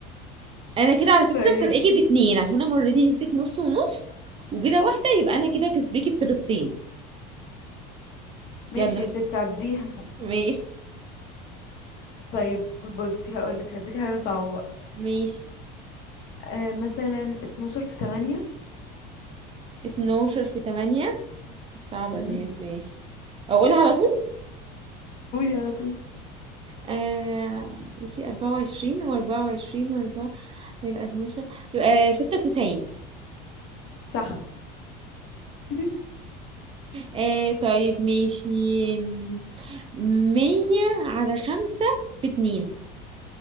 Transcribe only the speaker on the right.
أنا كده على فكرة
مسابقاكِ باتنين، عشان أنا مرّتين اديتِك نُص ونُص، وكده واحدة يبقى أنا كده كسباكِ بطريقتين.
يالّا
ماشي،
ماشي
12 في 8 صعبة
دي بس ماشي. أقولها على طول؟
آآ بُصّي 24 و24 وأربعة وعشرين وأربعة يبقى 12 يبقى 96
آآ طيب ماشي آمم 100 على 5 في 2